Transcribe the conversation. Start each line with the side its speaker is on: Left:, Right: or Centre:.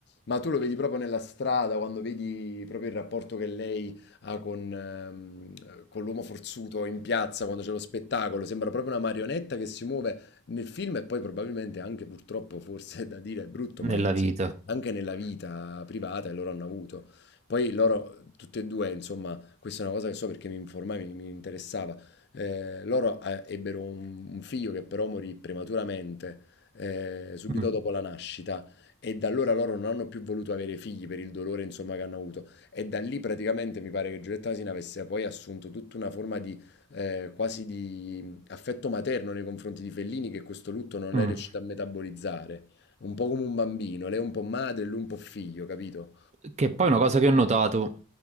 Left: Ma tu lo vedi proprio nella strada, quando vedi proprio il rapporto che lei ha con, ehm, eh, con l'uomo forzuto in piazza, quando c'è lo spettacolo, sembra proprio una marionetta che si muove nel film e poi probabilmente anche purtroppo, forse è da dire è brutto,
Right: nella
Left: ma è così,
Right: vita.
Left: anche nella vita privata e loro hanno avuto. Poi loro, tutti e due, insomma, questa è una cosa che so perché mi informai, mi, mi interessava, eh, loro eh, ebbero un un figlio che però morì prematuramente eh, subito
Right: Mm,
Left: dopo la nascita e da allora loro non hanno più voluto avere figli per il dolore insomma che hanno avuto e da lì praticamente mi pare che Giulietta Asina avesse poi assunto tutta una forma di eh, quasi di affetto materno nei confronti di Fellini che questo lutto non
Right: mm.
Left: è riuscito a metabolizzare, un po' come un bambino, lei è un po' madre, lui un po' figlio, capito?
Right: Che poi è una cosa che ho notato